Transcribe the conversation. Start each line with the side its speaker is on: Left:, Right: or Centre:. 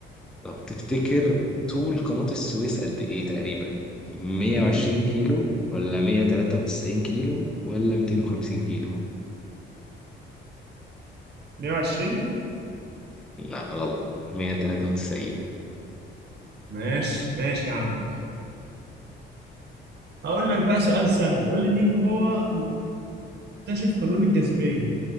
Centre: طب تفتكر طول قناة السويس قد إيه تقريبا؟ 120
Right: امم
Centre: كيلو ولا 193 كيلو ولا 250 كيلو؟
Right: 120
Centre: لا غلط 193
Right: ماشي ماشي يا عم هقول لك بقى سؤال سهل قول لي مين هو مكتشف قانون الجاذبيه